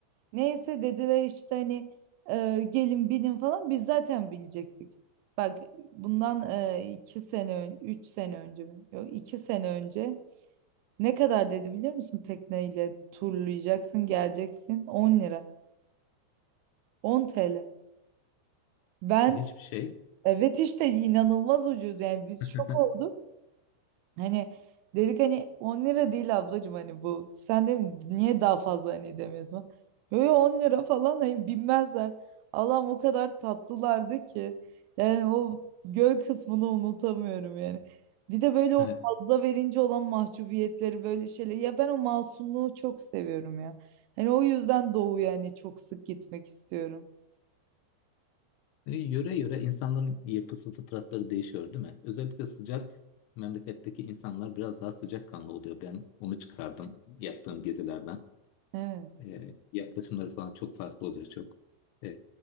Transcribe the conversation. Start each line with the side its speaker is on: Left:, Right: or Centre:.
Right: Neyse dediler işte hani e, gelin binin falan biz zaten binecektik. Bak bundan e, iki sene ön, üç sene önce mi? Yok iki sene önce Ne kadar dedi biliyor musun? Tekneyle turlayacaksın, geleceksin 10 lira. 10 TL. Ben
Left: Hiçbir şey.
Right: evet işte inanılmaz ucuz yani biz
Left: <laughs>
Right: şok olduk. Hani dedik hani 10 lira değil ablacığım hani bu. Sen de niye daha fazla hani demiyorsun? Yo yo 10 lira falan hani bilmezler. Allah'ım o kadar tatlılardı ki. Yani o göl kısmını unutamıyorum yani. Bir de böyle o
Left: Evet.
Right: fazla verince olan mahcubiyetleri böyle şeyleri. Ya ben o masumluğu çok seviyorum ya. Hani o yüzden Doğu yani çok sık gitmek istiyorum.
Left: E, Yöre yöre insanların yapısı, fıtratları değişiyor, değil mi? Özellikle sıcak memleketteki insanlar biraz daha sıcakkanlı oluyor. Ben onu çıkardım yaptığım gezilerden.
Right: Evet
Left: E, yaklaşımları falan çok farklı oluyor. Çok e,